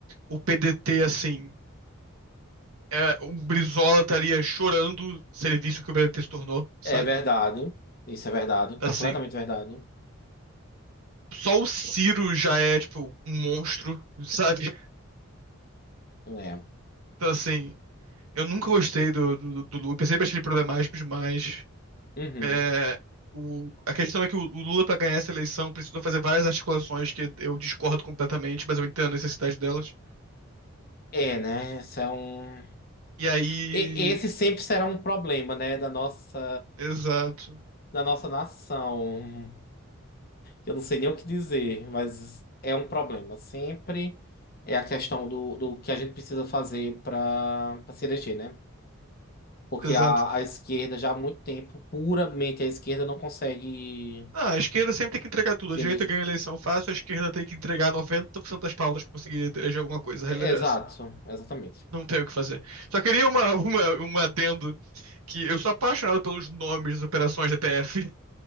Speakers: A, on the right; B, on the left.
A: o PDT, assim. é, o Brizola estaria chorando se ele visse o que o PDT se tornou, sabe?
B: É verdade. Isso é verdade,
A: Assim.
B: completamente verdade.
A: Só o Ciro já é, tipo, um monstro, sabe?
B: É.
A: Então, assim, eu nunca gostei do, do, do Lula. Eu sempre achei ele problemático demais.
B: Uhum.
A: É, o, a questão é que o, o Lula, para ganhar essa eleição, precisou fazer várias articulações que eu discordo completamente, mas eu entendo a necessidade delas.
B: É, né? Isso é um.
A: E aí.
B: E- Esse sempre será um problema, né, da nossa
A: Exato,
B: da nossa nação. Eu não sei nem o que dizer, mas é um problema. Sempre é a questão do, do que a gente precisa fazer para para se eleger, né? Porque
A: exato.
B: a, a esquerda já há muito tempo, puramente a esquerda, não consegue
A: Ah, a esquerda sempre tem que entregar tudo.
B: se
A: A direita
B: eleger.
A: ganha a eleição fácil, a esquerda tem que entregar 90% das pautas para conseguir eleger alguma coisa. A
B: É,
A: realidade
B: Exato,
A: é essa.
B: exatamente.
A: Não tem o que fazer. Só queria uma, uma, um adendo que eu sou apaixonado pelos nomes das operações da PF.